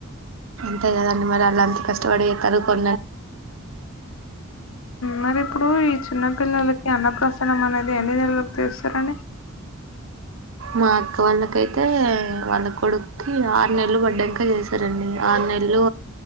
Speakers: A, on the right; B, on the left.
A: దేం మరి వాళ్ళు అంత కష్టపడి ఫలితాం
B: మరి ఇప్పుడు ఈ చిన్న పిల్లలకి అన్నప్రసన్నం అనేది ఎన్ని రోజులకీ చెస్తారు అండి
A: మా అక్క వాళ్ళకైతే వాళ్ళ కొడుక్కి ఆరు నెలలు పడ్డాంక చేసారండి ఆరు నెల్లు